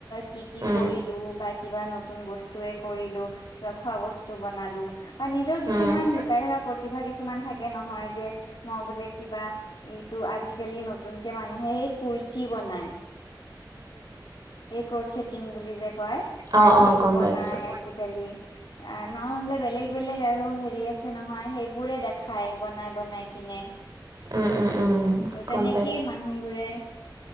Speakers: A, on the left; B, on the right.
A: কি কি
B: উম
A: কৰিলো বা কিবা নতুন বস্তুৱে কৰিলো বা খোৱা বস্তু বনালো বা নিজৰ
B: উম
A: কিছুমান
B: উম
A: লুকাই থকা প্ৰত প্ৰতিভা কিছুমান থাকে নহয় যে মই বোলে কিবা এইটো আজিকালি নতুনকে মানুহে সেই কুৰ্চি বনাই এই ক্ৰট চেটিং বুলি যে কয়
B: অ
A: সেইটো
B: অ গম
A: বনাই
B: পাইছোঁ।
A: আজি কালি নহলে বেলেগ বেলেগ আৰু হেৰি আছে নহয় সেইবোৰে দেখ খাই বনাই বনাই পিনে।
B: উম উম উম।
A: ত'
B: গম
A: তেনেকেই মানুহবোৰে